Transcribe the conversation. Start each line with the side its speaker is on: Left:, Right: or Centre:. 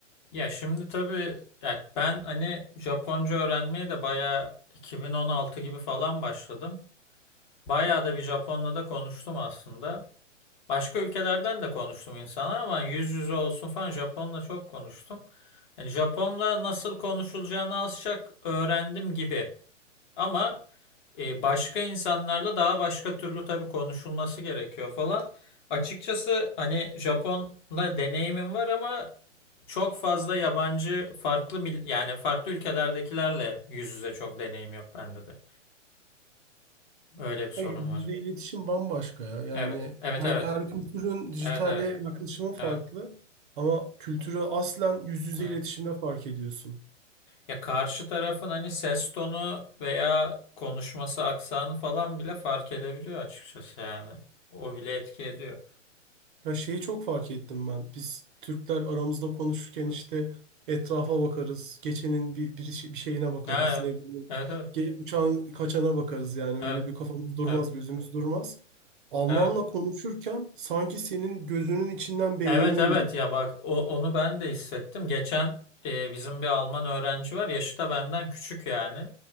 Left: Ya şimdi tabii ya ben hani Japonca öğrenmeye de bayağı 2016 gibi falan başladım. Bayağı da bir Japonla da konuştum aslında. Başka ülkelerden de konuştum insanlar ama yüz yüze olsun falan Japonla çok konuştum. Yani Japonla nasıl konuşulacağını az çok öğrendim gibi. Ama e, başka insanlarla daha başka türlü tabii konuşulması gerekiyor falan. Açıkçası hani Japonla deneyimim var ama çok fazla yabancı farklı mil- yani farklı ülkelerdekilerle yüz yüze çok deneyim yok bende de. Öyle bir sorun
Right: Ya Yüzde
Left: var.
Right: iletişim bambaşka ya. Yani
Left: Evet. Evet
Right: her,
Left: evet.
Right: her kültürün dijitale
Left: Evet evet.
Right: yaklaşımı farklı.
Left: Evet.
Right: Ama kültürü aslen yüz yüze
Left: Evet.
Right: iletişimde fark ediyorsun.
Left: Ya karşı tarafın hani ses tonu veya konuşması aksanı falan bile fark edebiliyor açıkçası yani. O bile etki ediyor.
Right: Ya şeyi çok fark ettim ben. Biz Türkler aramızda konuşurken
Left: Evet.
Right: işte etrafa bakarız. Geçenin bir, bir, işi- bir şeyine bakarız.
Left: Ha, Evet.
Right: Ne bileyim.
Left: Evet evet.
Right: ge- Uçağın kaçana bakarız yani.
Left: Evet.
Right: Öyle bir kafamız durmaz,
Left: Evet.
Right: gözümüz durmaz. Almanla
Left: Evet.
Right: konuşurken sanki senin gözünün içinden beynini
Left: Evet evet
Right: inceliyor.
Left: ya bak o, onu ben de hissettim. Geçen e, bizim bir Alman öğrenci var. Yaşı da benden küçük yani.